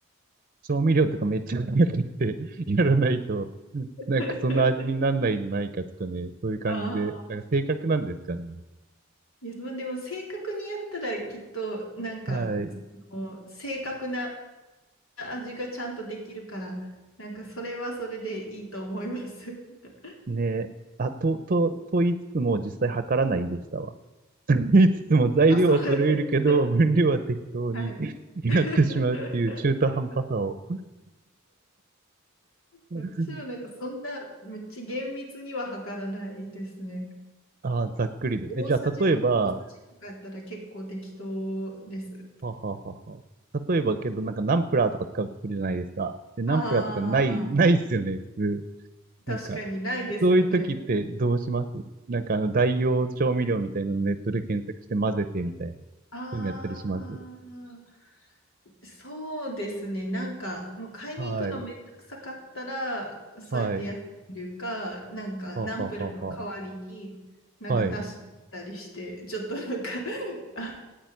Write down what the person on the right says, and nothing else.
調味料とかめっちゃうって <laughs> やらないと、なんかそんな味になんないじゃないかとかね、
そういう感じで、
なんか正確なんですかね。
はい。
ね。あ、と、と、と言いつつも実際測らないでしたわ。<laughs> と言いつつも材料は揃えるけど、
分量は適当に
<laughs> やってしまうっていう中途半端さを。
<laughs>
ああ、ざっくりです。
え、じゃあ、例えば、はあはあはあは。例えばけど、なんかナンプラーとか使うとするじゃないですか。で、ナンプラーとかない、
<laughs> ないっすよね、普通。
なんか、そういう時ってどうしますなんかあの、代用調味料みたいなのネットで検索して混ぜてみたいな。
そういうのやったりします。
はい。
はい。
はあはあはあはあ。はい。